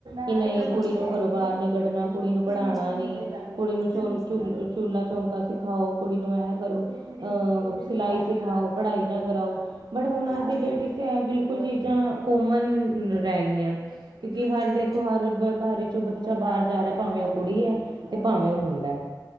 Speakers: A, on the right (about 75°); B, in the centre.
A: ਕਿ ਨਹੀਂ
B: ਹਾਂਜੀ
A: ਕੁੜੀ ਨੂੰ ਘਰੋਂ ਬਾਹਰ ਨੀ ਕੱਢਣਾ ਕੁੜੀ ਨੂੰ ਪੜ੍ਹਾਉਣਾ
B: ਹਾਂਜੀ
A: ਨੀ
B: ਹਾਂ
A: ਕੁੜੀ ਨੂੰ। <unintelligible>
B: ਹਾਂਜੀ
A: ਚੁੱਲਾ ਚੌਂਕਾ ਸਿਖਾਓ ਕੁੜੀ ਨੂੰ ਐਂ ਕਰੋ ਅਹ ਸਿਲਾਈ ਸਿਖਾਓ ਪੜ੍ਹਾਈ ਨਾ ਕਰਾਓ। ਬਟ ਹੁਣ
B: ਹਾਂਜੀ
A: ਅੱਜ ਦੀ ਡੇਟ ਇਹ ਬਿਲਕੁਲ ਚੀਜ਼ਾਂ ਕੋਮਨ ਰਹਿ ਗਈਆਂ। ਕਿਉਂਕਿ
B: ਹਾਂਜੀ
A: ਹਰ ਦੇਖੋ
B: ਹਾਂਜੀ
A: ਹਰ ਘਰ ਵਿੱਚ ਬੱਚਾ ਬਾਹਰ ਜਾ ਰਿਹਾ ਭਾਵੇਂ ਉਹ ਕੁੜੀ ਹੈ ਤੇ ਭਾਵੇਂ ਉਹ ਮੁੰਡਾ ਹੈ।